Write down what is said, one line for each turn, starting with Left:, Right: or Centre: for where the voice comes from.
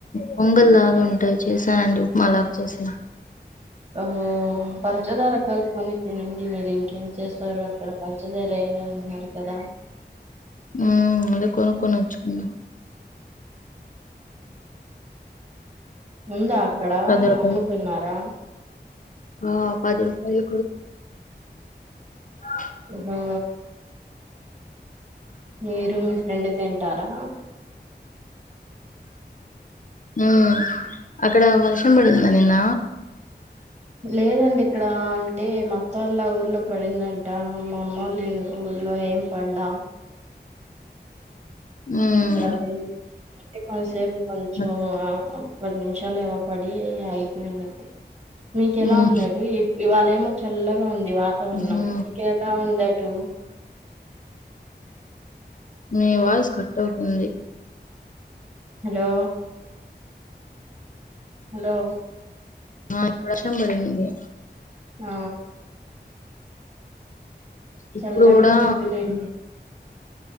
Left: పొంగల్ లాగా ఉంటాయి చేశానండి ఉప్మా లాగా చేసాను
Right: ఓహో పంచదార కల్పన తనండి మీరు ఇంకేం చేస్తారు అక్కడ పంచదార అయినా అంటున్నారు కదా
Left: మ్మ్ అదే కొనుకొని వచుకున
Right: ఉందా ఇక్కడ
Left: పది రూపాయలు
Right: అమ్ముతున్నారా
Left: ఆ పది రూపాయల <unintelligible>
Right: ఓహో మీరు మీ ఫ్రెండ్ <unintelligible> ఉంటారా
Left: ఊ అక్కడ వర్షం పడిందా నిన్న
Right: లేదండి ఇక్కడ అంటే మా అత్త వాళ్ళ ఊర్లో పడిందంట మా అమ్మ వాళ్ళ ఊర్లో ఏం పడలా
Left: ఉమ్
Right: హు అక్కడ పడింది ఈ కొంతసేపు కొంచెం
Left: అచ్-
Right: ఆ పది నిమిషాలేవో పడి అయిపోయిండే అన్తే మీక ఎలా
Left: ఉమ్
Right: ఉంది అటు ఇప్ ఈవాలయమో చల్లగా ఉన్ ఈ వాతావరణం
Left: ఉహు
Right: మీకు ఎలా ఉంది అటు
Left: మీ వాయిస్ కట్ అవుతుంది.
Right: హలో హలో
Left: ఆ ఇక్కడ వర్షం పడింది.
Right: ఆ చల్లగా
Left: ఇప్పుడు కూడా
Right: ఉన్నిద్దులేండి.